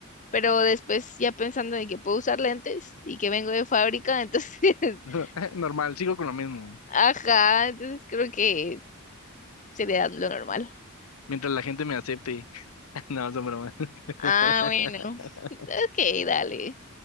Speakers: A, on the left; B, on the left.
A: Pero después ya pensando de que puedo usar lentes y que vengo de fábrica, entonces, <laughs>
B: <laughs> Normal, sigo con lo mismo.
A: ajá, entonces creo que sería lo normal.
B: Mientras la gente me acepte. <laughs> No, son bromas. <laughs>
A: Ah, bueno. Ok, dale.